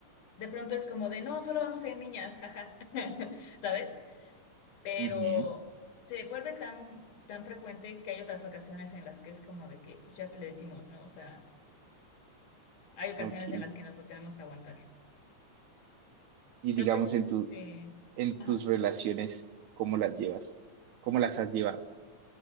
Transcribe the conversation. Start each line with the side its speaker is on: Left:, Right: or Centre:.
Left: de pronto es como de, no, solo vamos a ir niñas, jaja, <laughs> ¿sabes? pero
Right: Ujú,
Left: se vuelve tan, tan frecuente que hay otras ocasiones en las que es como de que, pues ya que le decimos, ¿no? O sea, hay ocasiones
Right: ok.
Left: en las que nos lo tenemos que aguantar.
Right: Y
Left: Pero
Right: digamos
Left: precisamente,
Right: en tu, en
Left: ajá.
Right: tus relaciones, ¿cómo las llevas? ¿Cómo las has llevado?